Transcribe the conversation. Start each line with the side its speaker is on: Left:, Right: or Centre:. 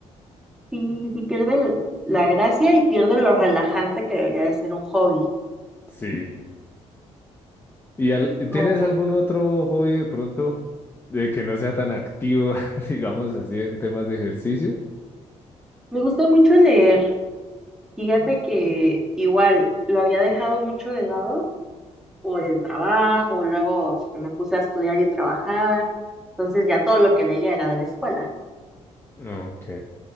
Centre: Sí, sí pierde el- la gracia y pierde lo relajante que debería de ser un hobby.
Left: Sí. ¿Y al-
Centre: Como,
Left: tienes
Centre: po-
Left: algún otro hobby de pronto de que no sea tan activo, <laughs> digamos así, en temas de ejercicio?
Centre: me gusta mucho leer. Fíjate que igual lo había dejado mucho de lado por el trabajo, luego pues, que me puse a estudiar y trabajar, entonces ya todo lo que leía era de la escuela.
Left: Ok.